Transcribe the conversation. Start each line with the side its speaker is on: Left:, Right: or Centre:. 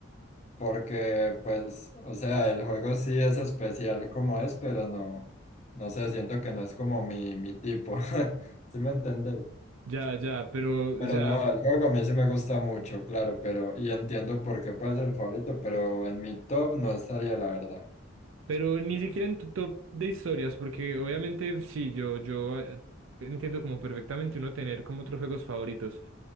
Left: porque pues, o sea, el juego sí es especial como es, pero no, no sé, siento que no es como mi, mi tipo, <laughs> ¿sí me entiendes?
Right: Ya, ya, pero,
Left: Pero
Right: o sea,
Left: no, el juego a mí sí me gusta mucho, claro, pero, y entiendo por qué puede ser el favorito, pero en mi top no estaría, la verdad.
Right: Pero ni siquiera en tu top de historias, porque obviamente sí, yo, yo eh, entiendo como perfectamente uno tener como otros juegos favoritos.